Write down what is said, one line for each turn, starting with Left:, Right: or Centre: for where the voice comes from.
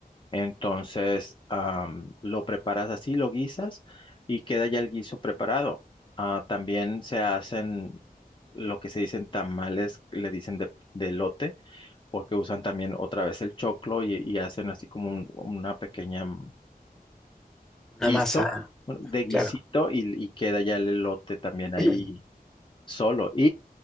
Left: Entonces, am, lo preparas así, lo guisas y queda ya el guiso preparado. Ah, también se hacen lo que se dicen tamales, le dicen de, de elote, porque usan también otra vez el choclo y, y hacen así como un- una pequeña mm,
Centre: una
Left: guiso,
Centre: masa,
Left: bueno, de guisito
Centre: claro.
Left: y, y queda ya el elote también ahí
Centre: <clears throat>
Left: solo